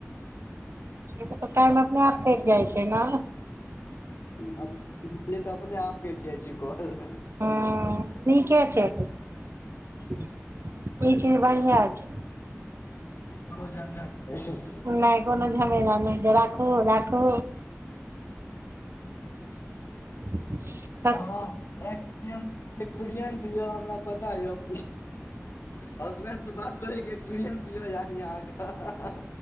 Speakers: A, on the right (about 55°); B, on the left (about 50°).
A: ई तऽ
B: कियाकि
A: टाइम
B: अपन
A: अपने आप कटि जाइ छै ने।
B: ह से तऽ अपने आप कटि जाइ छै कॉल।
A: हूं नीके छै, ई चीज बढ़िआँ छै।
B: कोनो झंझट नहि।
A: नै कोनो झमेला नै जे राखू - राखू। <unintelligible>
B: हँ एक्सपीरियंस- एक्सपीरियंस यऽ हमरा पता यऽ। हसबैंड से बात करयके एक्सपीरएंस यऽ यानि अहाँके